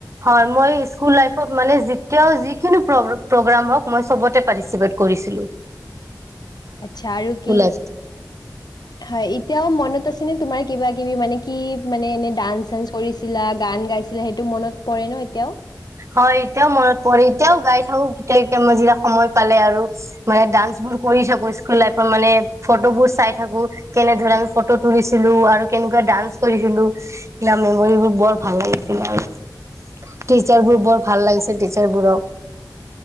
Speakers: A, on the right; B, on the left.
A: হয়, মই ইস্কুল লাইফত মানে যেতিয়াও যিকোনো প্ৰ-প্ৰগ্ৰাম হওঁক মই চবতে পাৰ্টিচিপেত কৰিছিলোঁ।
B: আচ্ছা আৰু কি?
A: লাইফটো।
B: হয়, এতিয়াও মনত আছেনে তোমাৰ কিবা কিবি মানে কি মানে এনে ডান্স চানস কৰিছিলা গান গাইছিলা, সেইটো মনত পৰে ন' এতিয়াও?
A: হয়, এতিয়াও মনত পৰে এতিয়াও গাই থাকোঁ <unintelligible> সময় পালে আৰু। মানে ডান্স বোৰ কৰি থাকোঁ, ইস্কুল লাইফত মানে ফটোবোৰ চাই থাকোঁ। কেনেধৰনে ফটো তুলিছিলোঁ আৰু কেনেকুৱা ডান্স কৰিছিলোঁ। <unintelligible> মেমৰিবোৰ বৰ ভাল লাগিছিলে আৰু। টিচাৰবোৰ
B: হয়
A: বৰ ভাল লাগিছে, টিচাৰবোৰক।